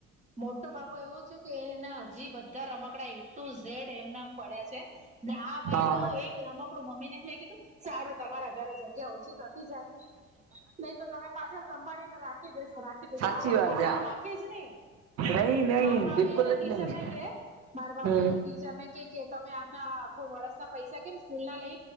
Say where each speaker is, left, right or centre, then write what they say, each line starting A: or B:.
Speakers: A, on the right (about 20°); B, on the right (about 45°).
A: મોટો બાબો એવો છે કે એના હજી બધા રમકડા એ ટુ ઝેડ એમનામ પડ્યા છે. ને આ ભાઈ
B: હા
A: તો એક રમક. મમ્મી ને મેં કીધું સારું તમારા ઘરે જગ્યા ઓછીતી જાય નહી તો તમે પાછા. સંંબાળીને રાખી દેેશો રાખી દેસો
B: સાચી
A: આ રાખવા
B: વાત
A: જેવું
B: આ
A: રાખે જ નહી.
B: નહી નહી
A: મારા ભાભી
B: બિલકુલ
A: એને
B: જ
A: ટીચર
B: નહી
A: ને કે મારા ભાભી
B: હમ
A: ટીચર ને કે કે તમે આના. આખુ વરસ ના પૈસા કેમ સ્કૂલ ના લ.